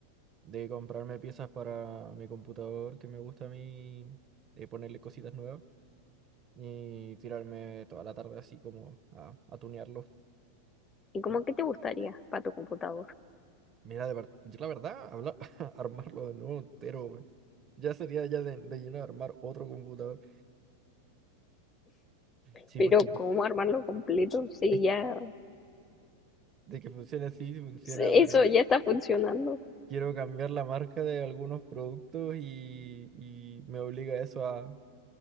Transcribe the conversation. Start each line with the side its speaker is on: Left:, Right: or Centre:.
Right: de comprarme piezas para mi computador que me gusta a mí, de ponerle cositas nuevas y tirarme toda la tarde así como a, a tunearlo.
Left: ¿Y cómo qué te gustaría para tu computador?
Right: Mira, de ver- yo la verdad, habla- <laughs> armarlo de nuevo entero, weón. Ya sería ya de, de lleno armar otro computador. Sí,
Left: Pero
Right: porque
Left: ¿cómo armarlo completo? Sí,
Right: es
Left: ya,
Right: de que funciona así, sí funciona,
Left: sí,
Right: pero
Left: eso ya está funcionando.
Right: quiero cambiar la marca de algunos productos y, y me obliga eso a